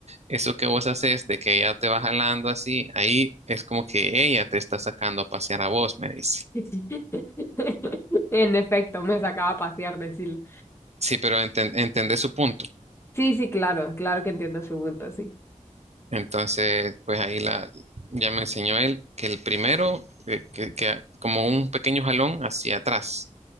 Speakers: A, on the right; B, on the left.
A: Eso que vos haces de que ella te va jalando así, ahí es como que ella te está sacando a pasear a vos, me dice.
B: <laughs> En efecto, me sacaba a pasear, decirle.
A: Sí, pero enten- entendés su punto.
B: Sí, sí, claro, claro que entiendo su punto, sí.
A: Entonces, pues ahí la, ya me enseñó él que el primero, eh, que, que como un pequeño jalón hacia atrás.